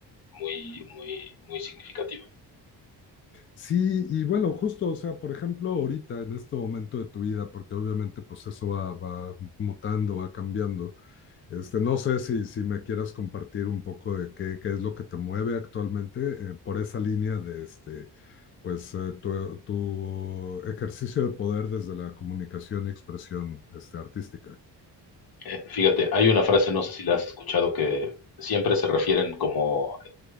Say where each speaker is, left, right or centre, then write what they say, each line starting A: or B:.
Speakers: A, on the left; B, on the left.
A: muy, muy, muy significativa.
B: Sí, y bueno, justo, o sea, por ejemplo, ahorita, en este momento de tu vida, porque obviamente pues eso va, va mutando, va cambiando, este, no sé si, si me quieras compartir un poco de qué, qué es lo que te mueve actualmente eh, por esa línea de, este, pues, eh, tu, tu ejercicio de poder desde la comunicación y expresión, este, artística.
A: Eh, fíjate, hay una frase, no sé si la has escuchado, que siempre se refieren como,